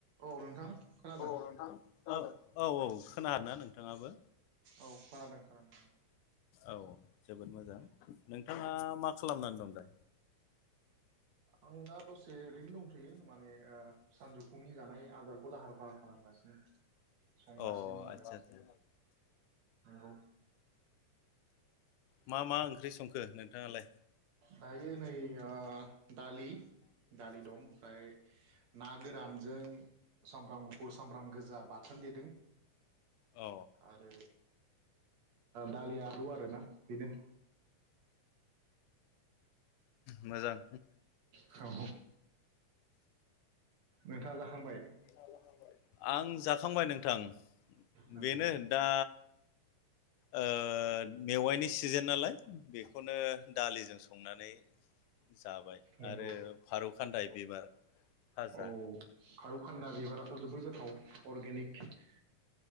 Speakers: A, on the right; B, on the left.
A: औ नोंथां खोनादों
B: अ नोंथां ओ औ औ खोनादोंना नोंथाङाबो?
A: औ खोनादों खोनादों
B: औ जोबोद मोजां नों नोंथाङा मा खालामनानै दं दाय?
A: आं दा दसे ओरैनो दंथ'यो माने ओ सानजौफुनि जानाय आदारखौ लाहार फाहार खालामगासिनो संगासिनोमोन
B: अ आदसा
A: आरो
B: आदसा
A: नंगौ
B: मा मा ओंख्रि संखो नोंथाङालाय
A: दायो नै आ दालि दालि दं ओमफ्राय ना गोरानजों सामब्राम गुफुर सामब्राम गोजा बाथोन देदों
B: अ
A: आरो दालि आलु आरोना बेनो
B: मोजां
A: औ नोंथाङा जाखांबाय?
B: <unintelligible> आं जाखांबाय नोंथां
A: नंगौ
B: बेनो दा ओ मेवाइनि सिजोन नालाय बेखौनो दालिजों संनानै जाबाय
A: नंगौ
B: आरो फारौ खान्दाय बिबार भाजा
A: औ फारौ खान्दा बिबाराथ' जोबोद गोथाव अर्गेनिक खेति